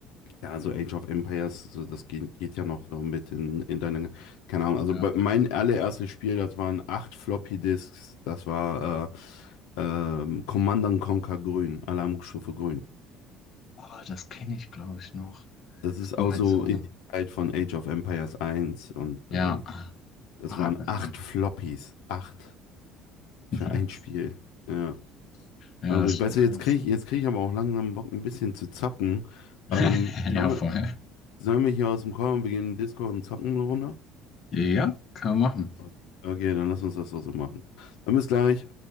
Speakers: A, on the left; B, on the left.
A: Ja, so Age of Empires, so das geht, geht ja noch so mit in, in deine, keine Ahnung, also
B: Ja.
A: bei- mein allererstes Spiel, das waren acht Floppy-Disks, das war äh, ähm, Command and Conquer Grün, Alarmstufe Grün.
B: Oh, das kenne ich, glaube ich, noch.
A: Das
B: Ist
A: ist
B: nur
A: auch
B: mit
A: so
B: so,
A: in die Zeit von Age of Empires eins und
B: ja,
A: äh, das
B: Haken.
A: waren acht
B: rein.
A: Floppies,
B: <laughs>
A: acht
B: Nice.
A: für ein Spiel. Ja,
B: Ja,
A: aber gut,
B: das stimmt.
A: weißt du,
B: schon.
A: jetzt kriege ich, jetzt krieg ich aber auch langsam Bock, ein bisschen zu zocken.
B: <laughs>
A: Ähm, sollen
B: Ja,
A: wir,
B: voll.
A: sollen wir hier aus dem Call und wir gehen in den Discord und zocken eine Runde?
B: Ja, kann man machen.
A: Okay, okay, dann lass uns das doch so machen. Dann bis gleich.